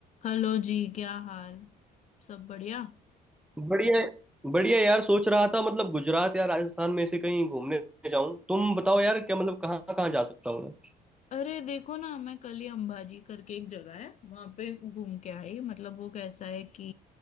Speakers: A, on the left; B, in the centre.
A: Hello ji क्या हाल सब बढ़िया
B: बढ़िया बढ़िया यार सोच रहा था मतलब गुजरात या राजस्थान में से कहीं घूमने जाऊं तुम बताओ यार क्या मतलब कहाँ कहाँ जा सकता हूँ मैं
A: अरे देखो ना मैं कल ही अंबाजी करके एक जगह है वहां पे घूम के आई मतलब वो कैसा है कि